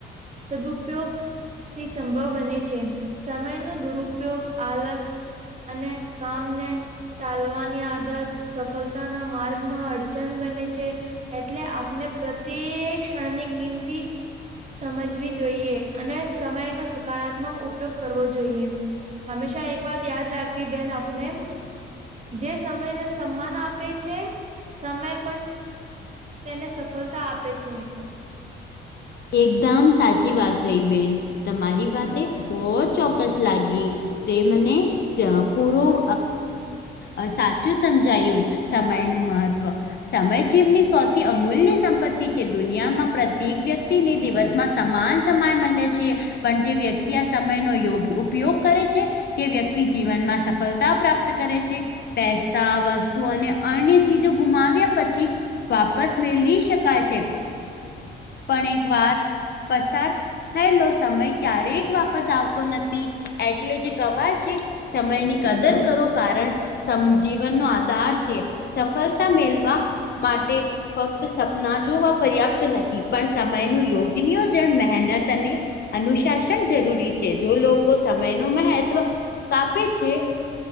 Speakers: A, on the right; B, on the left.
A: સદુપયોગથી સંભવ બને છે સમય નો દુરુપયોગ આલસ અને કામને ટાલવાની આદત સફળતાના માર્ગમાં અડચણ‌ બંને છે. એટલે આપને પ્રત્યેક ક્ષણની કિંમતી સમજવી જોઈએ અને સમયનો સકારાત્મક ઉપયોગ કરવો જોઈ જોઈએ હંમેશા એક વાત યાદ રાખવી બેન આપ ને જે સમયને સન્માન આપે છે સમય પણ. તેને સફળતા આપે છે
B: એકદમ સાચી વાત થઈ બેન. તમારી વાતે બહુ જ ચોક્કસ લાગી તે મને પૂરું અ સાચું સમજાયું સમયનું મહત્ત્વ સમય જીવની સૌથી અમૂલ્ય સંપત્તિ છે દુનિયામાં પ્રત્યેક વ્યક્તિ. વ્યક્તિને દિવસમાં સમાન સમાય મળે છે. પણ જે વ્યક્તિ આ સમયનો યોગ ઉપયોગ કરે છે, કે વ્યક્તિ જીવનમાં સફળતા કરે છે પૈસા વસ્તુ અને અન્ય ચીજો ગુમાવ્યા પછી વાપસ મેલી શકાય છે પણ એકવાર પસાર થયેલો સમય ક્યારેક વાપસ આવતો નથી એટલે જે કવાય છે સમયની કદર કરો કારણ જીવનનો આધાર છે, સફળતા મેલવા માટે ફક્ત સપના જોવા પર્યાપ્ત નથી પણ સમય નું યોગ્ય નિયોજન મહેનત અને અનુશાસન જરૂરી છે. જો લોકો સમયનો મહેત્વ કાપે છે